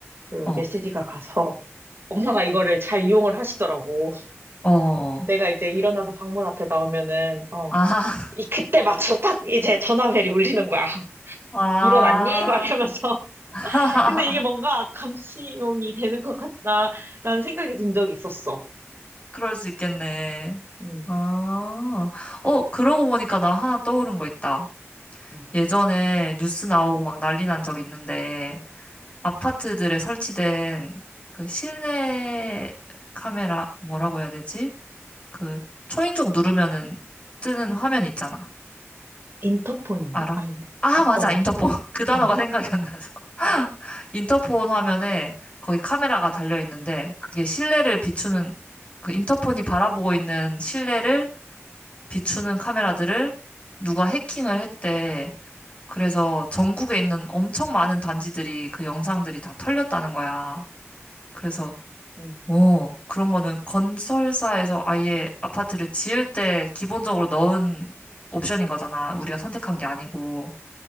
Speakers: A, on the right; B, on the left.
A: 그
B: 어,
A: 메시지가 가서 <laughs> 엄마가 이거를 잘 이용을 하시더라고. <laughs>
B: 어, 어.
A: 내가 이제 일어나서 방문 앞에 나오면은, 어,
B: 아하,
A: 이 그때 맞춰 딱 이제 전화벨이 울리는 거야. <laughs>
B: 아,
A: 일어났니? 막 이러면서. <laughs>
B: <laughs>
A: 근데 이게 뭔가 감시용이 되는 것 같다라는 생각이 든 적이 있었어.
B: 그럴 수 있겠네.
A: 음,
B: 아, 어, 그러고 보니까 나 하나 떠오른 거 있다.
A: 음.
B: 예전에 뉴스 나오고 막 난리 난 적 있는데, 아파트들에 설치된 그 실내 카메라, 뭐라고 해야 되지? 그 초인종 누르면은 뜨는 화면 있잖아.
A: 인터폰인가?
B: 알아?
A: 아닌데.
B: 아, 맞아.
A: 어, 어,
B: 인터폰. <laughs> 그 단어가
A: 어.
B: 생각이 안 나서. 인터폰 화면에 거기 카메라가 달려 있는데 그게 실내를 비추는 그 인터폰이 바라보고 있는 실내를 비추는 카메라들을 누가 해킹을 했대. 그래서 전국에 있는 엄청 많은 단지들이 그 영상들이 다 털렸다는 거야. 그래서
A: 음,
B: 어, 그런 거는 건설사에서 아예 아파트를 지을 때 기본적으로 넣은 옵션인 거잖아. 우리가 선택한 게 아니고.